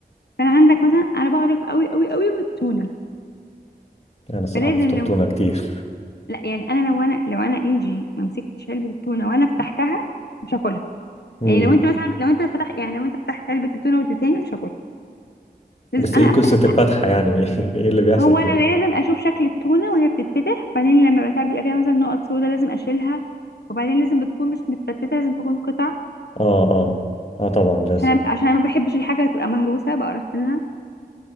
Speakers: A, on the left; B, on the left.
A: فانا عندك مثلا انا بعرف قوي قوي قوي من التونه
B: انا الصراحه
A: فلازم
B: بفطر
A: لو
B: تونه كتير
A: لا يعني انا لو انا لو انا انجي ما مسكتش علبه التونه وانا فتحتها مش هاكلها
B: مم.
A: يعني لو انت مثلا لو انت فتحت يعني لو انت فتحت علبه التونه واديتهاني مش هاكل لازم
B: بس
A: انا
B: ايه
A: افتح
B: قصه الفتحه يعني <laughs> يعني ايه اللي بيحصل
A: هو انا
B: فيها
A: لازم اشوف شكل التونه وهي بتتفتح وبعدين لما بتاع بيبقى فيها مثلا نقط سودا لازم اشيلها وبعدين لازم بتكون مش متفتته لازم تكون قطع
B: اه اه اه طبعا لازم
A: عشان عشان انا ما بحبش الحاجه تبقى مهروسه بقرف منها